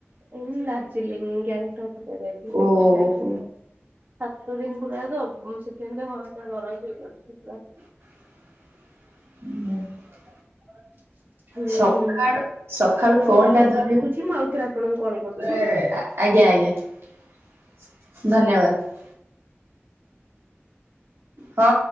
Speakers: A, on the right; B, on the right.
A: ହୁଁ ଦାର୍ଜିଲିଙ୍ଗ, ଗ୍ୟାଙ୍ଗଟପ ସେପଟ
B: ଓହୋ
A: ସାଇଡ ସାତ ଦିନି ପୁରା ତ ସେ ହଁ କହିଲେ ନ ରହିଥିଲେ ଭଲ ହେଇଥାନ୍ତା।
B: <inaudible>
A: <inaudible> ହୁଁ
B: ସକାଳୁ
A: ହୁଁ
B: ସକାଳୁ
A: ହଉ
B: ଫୋନ
A: ତାହେଲେ
B: ଟା
A: ମୁଁ
B: ଧରିି
A: ରଖୁଛି ମୁଁ ଆଉଥରେ ଆପଣଙ୍କୁ କଲ୍ କରୁଛି।
B: ଆଜ୍ଞା, ଆଜ୍ଞା ଧନ୍ୟବାଦ! ହଁ,